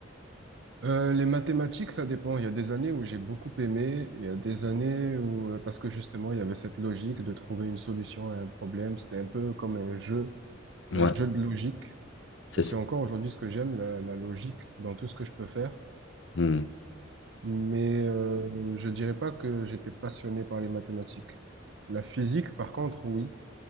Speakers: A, on the right; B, on the left.
A: Euh, les mathématiques, ça dépend. Il y a des années où j'ai beaucoup aimé, il y a des années où, euh, parce que justement, il y avait cette logique de trouver une solution à un problème. C'était un peu comme un jeu,
B: Ouais.
A: un jeu de logique.
B: C'est
A: Et c'est
B: ça.
A: encore aujourd'hui ce que j'aime, la, la logique dans tout ce que je peux faire.
B: Hmm.
A: Mais euh, je dirais pas que j'étais passionné par les mathématiques. La physique, par contre, oui.